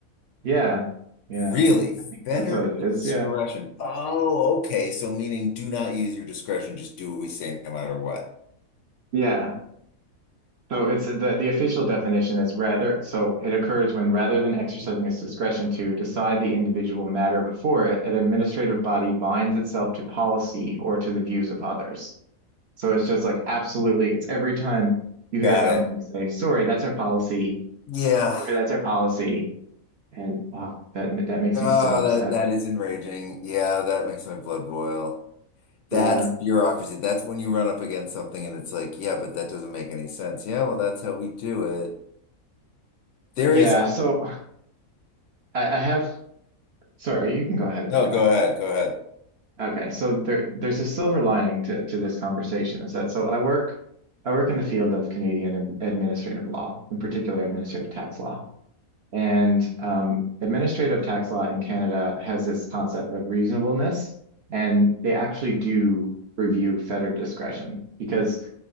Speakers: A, on the right (about 55°); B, on the left (about 65°).
A: Yeah, yeah,
B: Really? Fettered
A: that's what it is.
B: discretion.
A: Yeah,
B: Oh, okay. So meaning do not use your discretion, just do what we say no matter what.
A: yeah. So it's the the official definition is rather. So it occurs when rather than exercising its discretion to decide the individual matter before it, an administrative body binds itself to policy or to the views of others. So it's just like absolutely. It's every time you hear
B: Got
A: a company
B: it.
A: say, "Sorry, that's our policy.
B: Yeah.
A: Sorry, that's our policy," and oh, that that makes
B: Oh,
A: me so upset.
B: that that is enraging. Yeah, that makes my blood boil. That's
A: Yeah,
B: bureaucracy. That's when you run up against something and it's like, yeah, but that doesn't make any sense. Yeah, well, that's how we do it. There
A: yeah.
B: is
A: So I, I have. Sorry, you can go ahead if
B: no,
A: you'd
B: go
A: like.
B: ahead, go ahead.
A: Okay, so there there's a silver lining to to this conversation is that so I work I work in the field of Canadian am- administrative law, in particular administrative tax law. And um, administrative tax law in Canada has this concept of reasonableness, and they actually do review federal discretion because